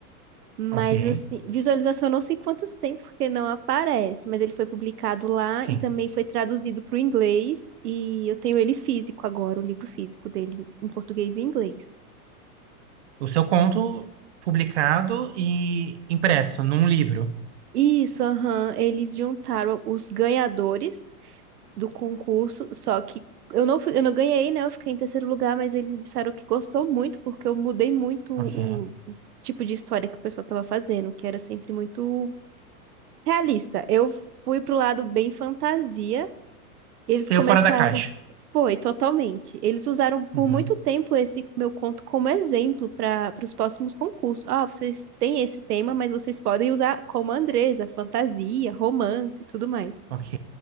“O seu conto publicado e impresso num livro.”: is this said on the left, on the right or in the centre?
Right